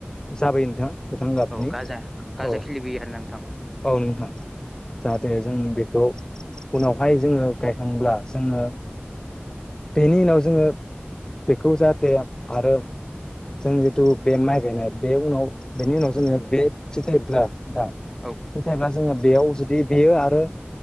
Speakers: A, on the left; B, in the centre.
A: जाबोयो नोंथां। गोथां गाबनि
B: औ गाजा गाजा
A: औ
B: खिलिबोयो आरोना नोंथां
A: औ नों जाहाथे जों बेखौ उनावहाय जोङो गायखांब्ला जोङो बेनि उनाव जोङो बेखौ जाहाथे आरो जों जिथु बे माइ गायनाय बे उनाव बेनि उनाव जोङो बे फिथाइ थाइब्ला
B: औ
A: <unintelligible> जोङो बेयाव जुदि बेयो आरो